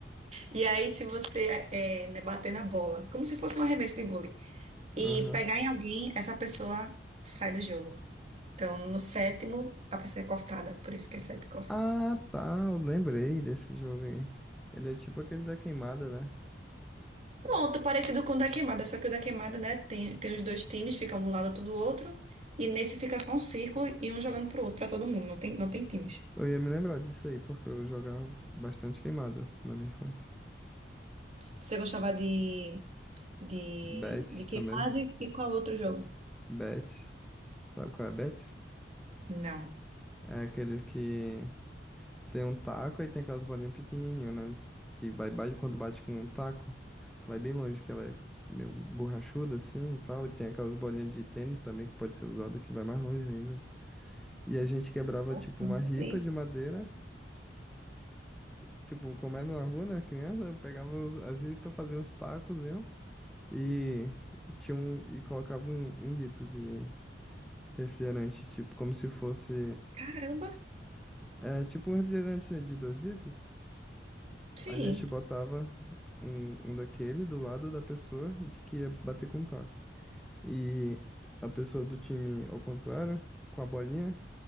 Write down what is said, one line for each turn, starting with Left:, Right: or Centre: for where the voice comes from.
Right: E aí, se você é, né, bater na bola, como se fosse um arremesso de vôlei, e
Centre: Aham.
Right: pegar em alguém, essa pessoa sai do jogo. Então, no sétimo, a pessoa é cortada, por isso que é sete corte.
Centre: Ah, tá. Eu lembrei desse jogo aí. Ele é tipo aquele da queimada, né?
Right: Pronto, parecido com o da queimada, só que o da queimada, né? Tem, tem os dois times, fica um do lado outro do outro. E nesse fica só um círculo e um jogando pro outro, pra todo mundo. Não tem, não tem times.
Centre: Eu ia me lembrar disso aí, porque eu jogava bastante queimada na minha infância.
Right: Você gostava de De,
Centre: Betis
Right: de queimado
Centre: também.
Right: e e qual outro jogo?
Centre: Betis. Sabe qual é Betis?
Right: Não.
Centre: É aquele que tem um taco e tem aquelas bolinhas pequenininhas, né? Que vai, bate, quando bate com um taco, vai bem longe, que ela é meio borrachuda assim e tal. E tem aquelas bolinhas de tênis também que pode ser usada que vai mais longe ainda. E a gente quebrava,
Right: Nossa,
Centre: tipo, uma
Right: não tô
Centre: ripa
Right: aí.
Centre: de madeira. Tipo, como era na rua, né? Criança, pegava uns- as ripas, fazia uns tacos, viu? E, tinha um, e colocava um, um litro de refrigerante, tipo, como se fosse...
Right: Caramba!
Centre: É, tipo um refrigerante assim, de dois litros.
Right: Sim.
Centre: A gente botava um, um daquele do lado da pessoa de que ia bater com o taco. E a pessoa do time, ao contrário, com a bolinha